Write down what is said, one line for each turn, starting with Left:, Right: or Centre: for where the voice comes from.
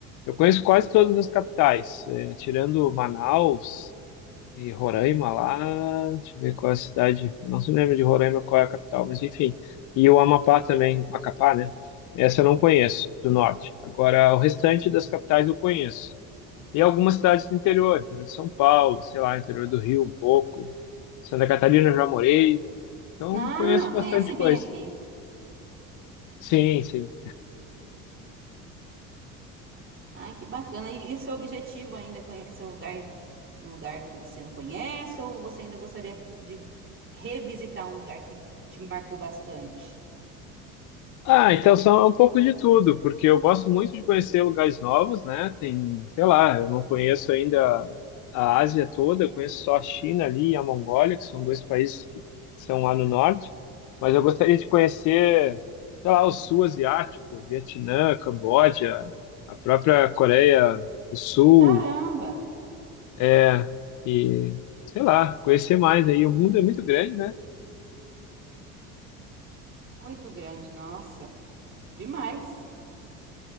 Left: eu conheço quase todas as capitais, eh, tirando Manaus, e Roraima lá, deixa eu ver qual é a cidade. Eu não se lembro de Roraima qual é a capital, mas enfim. E o Amapá também, Macapá, né? Essa eu não conheço, do norte. Agora, o restante das capitais eu conheço. E algumas cidades do interior, interior de São Paulo, sei lá, interior do Rio um pouco. Santa Catarina eu já morei. Então,
Right: Ah,
Left: conheço bastante
Right: conhece bem
Left: coisa.
Right: aqui.
Left: Sim, sim.
Right: Ai, que bacana. E, e seu objetivo ainda é conhecer um lugar, um lugar que você não conhece, ou você ainda gostaria de revisitar um lugar que te marcou bastante?
Left: Ah, então são é um pouco de tudo, porque eu gosto muito de conhecer lugares novos, né? Tem, sei lá, eu não conheço ainda a Ásia toda, eu conheço só a China ali e a Mongólia, que são dois países que são lá no norte, mas eu gostaria de conhecer, sei lá, o sul asiático, Vietnã, Camboja, a própria Coreia do Sul,
Right: Caramba!
Left: é, e sei lá, conhecer mais aí. O mundo é muito grande, né?
Right: Muito grande, nossa, demais.